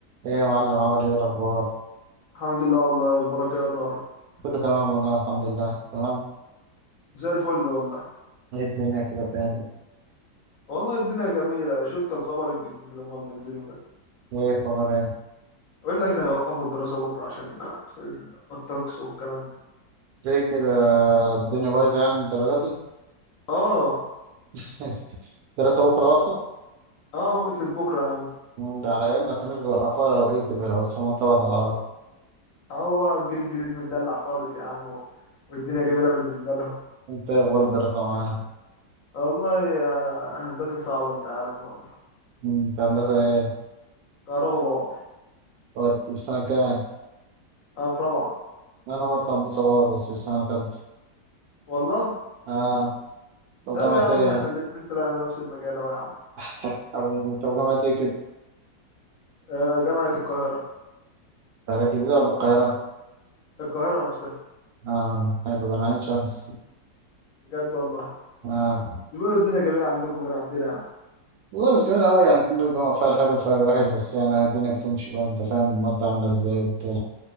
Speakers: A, on the right; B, on the left.
A: ايه يا معلم عامل ايه إيه الاخبار
B: الحمد لله والله اخبارك إيه يا دار
A: كله تمام والله الحمد لله تمام
B: زي الفل والله
A: ايه الدنيا كده فين
B: والله الدنيا جميلة شفت الخبر الجديد اللي هم منزلينه ده
A: ايه الخبر ايه
B: يقول لك هيوقفوا الدراسة بكرة عشان ال- الطقس والكلام ده
A: ليه كده الدنيا بايظه يعني للدرجه دي
B: اه
A: <laughs> الدراسه بكره واقفه
B: اه وقفت بكرة يا عم
A: مم، ده على ايامنا ما كانوش بيوقفوها لو ايه كده لو السما انطبقت على الارض
B: اهو بقى الجيل الجديد متدلع خالص يا عم و- والدنيا جميلة بالنسبة لهم
A: انت إيه اخبار الدراسه معاك
B: والله يا هندسة صعبة انت عارف برضه
A: مم، انت هندسه ايه
B: كهربا باور
A: ودي في سنه كام
B: انا في رابعة
A: انا برضه هندسه بار بس في سنه تالته
B: والله
A: اه طب
B: طب
A: جامعه
B: يا عم
A: ايه
B: احنا الاتنين طلعنا نفس المجال اهو يا عم
A: <laughs> حبيبي انت في جامعه ايه كده
B: آه، جامعة القاهرة
A: القاهره الجديده ولا القاهره
B: القاهرة نفسها
A: اه حلو ده انا عين شمس
B: بجد والله
A: اه
B: بيقولوا الدنيا جميلة عندكم غير عندنا يعني
A: والله مش جميل أوي يعني كل جامعة فيها الحلو وفيها الوحش بس يعني الدنيا بتمشي بقى أنت فاهم المادة عاملة إزاي وبتاع